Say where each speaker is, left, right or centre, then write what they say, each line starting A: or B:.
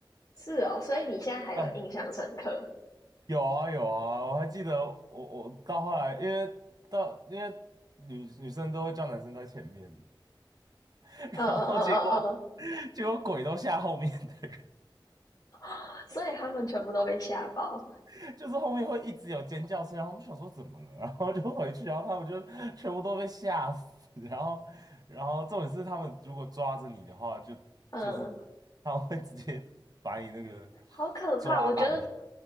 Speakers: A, on the left (about 50°); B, on the right (about 50°).
A: 是哦，所以你现在还有印象深刻？
B: 啊，有啊有啊，我还记得我我到后来，因为到因为女女生都会叫男生在前面，<laughs>
A: 嗯嗯嗯嗯嗯，
B: 然后结果结果鬼都吓后面的
A: 嗯所以他们全部都被吓爆，
B: 人，<laughs> 就是后面会一直有尖叫声，然后我们就想说怎么了，然后就回去，然后他们就全部都被吓死，然后然后重点是他们如果抓着你的话，就就是
A: 嗯。
B: 他们会直接把你那个
A: 好可怕！
B: 抓烂。
A: 我觉得，